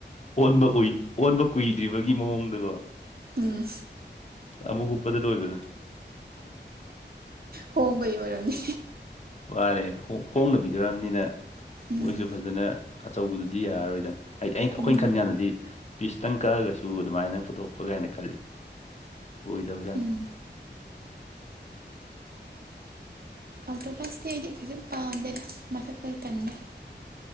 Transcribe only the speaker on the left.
ꯑꯣꯟꯕ ꯎꯏ ꯑꯣꯟꯕ ꯀꯨꯏꯗ꯭ꯔꯤꯕꯒꯤ ꯃꯑꯣꯡꯗꯒꯣ
ꯑꯃꯨꯛ ꯍꯨꯛꯄꯗ ꯂꯣꯏꯕꯗꯣ
ꯋꯥꯔꯦ ꯍꯣꯡꯅ ꯄꯤꯗꯔꯛꯑꯕꯅꯤꯅ
ꯃꯣꯏꯁꯨ ꯐꯖꯅ ꯑꯆꯧꯕꯗꯨꯗꯤ ꯌꯥꯔꯔꯣꯏꯗꯅ ꯍꯥꯏꯗꯤ ꯑꯩ ꯑꯩꯈꯣꯏꯅ
ꯈꯟ ꯀꯥꯟꯗꯗꯤ ꯄꯤꯁꯇꯪ ꯀꯛꯑꯒꯁꯨ ꯑꯗꯨꯃꯥꯏꯅ ꯄꯨꯊꯣꯛꯄ ꯀꯥꯏꯅ ꯈꯜꯂꯤ ꯑꯣꯏꯗꯕꯖꯥꯠꯅꯤ